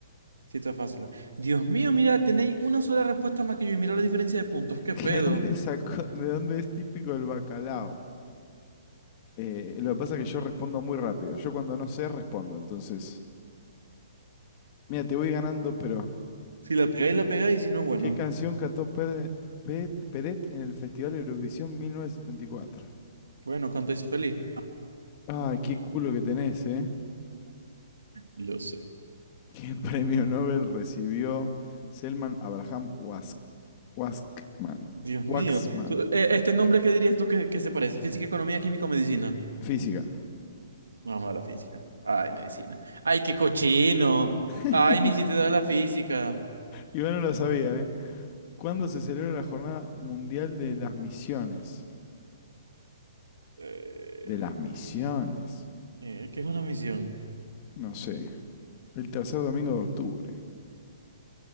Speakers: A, on the right; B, on the left.
A: sí, está fácil. Dios mío, mira, tenéis una sola respuesta más que yo y mira la diferencia de puntos. ¿Qué
B: ¿De
A: pedo?
B: dónde sacó- de dónde es típico el bacalao? Eh, lo que pasa es que yo respondo muy rápido. Yo cuando no sé, respondo. Entonces, mira, te voy ganando, pero
A: Si la pegáis, la pegáis, y si no, bueno.
B: ¿qué canción cantó Pere- Pe- Peret en el Festival Eurovisión 1974?
A: Bueno, canto y soy feliz.
B: Ay, qué culo que tenés, ¿eh?
A: Lo sé.
B: ¿Qué <laughs> premio Nobel recibió Selman Abraham Wask- Waskman?
A: Dios mío.
B: Waxman.
A: Tú- eh, ¿Este nombre qué dirías tú que, que se parece? Física, economía, química o medicina.
B: Física.
A: Vamos a la física. Ay, medicina. Ay, qué cochino.
B: <laughs>
A: Ay, me hiciste dar la física.
B: Iván no lo sabía, ¿eh? ¿Cuándo se celebra la Jornada Mundial de las Misiones?
A: Eh,
B: de las misiones.
A: eh, ¿qué es una misión?
B: No sé. El tercer domingo de octubre.